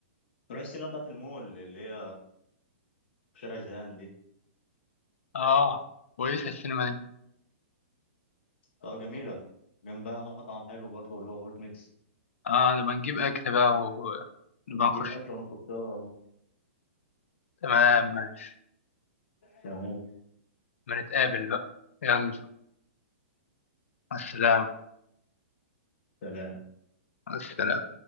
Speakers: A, on the left; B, on the left.
A: نروح السينما بتاعة المول اللي هي في شارع جهان دي
B: اه كويسة السينما دي
A: اه جميلة جنبها مطعم حلو برضه اللي هو هوت ميكس
B: اه نبقى نجيب اكل بقى ونبقى نخش
A: نجيب أكل ونخرج سوا طبعا
B: تمام ماشي
A: تمام
B: ما نتقابل بقى يلا السلام
A: سلام
B: السلام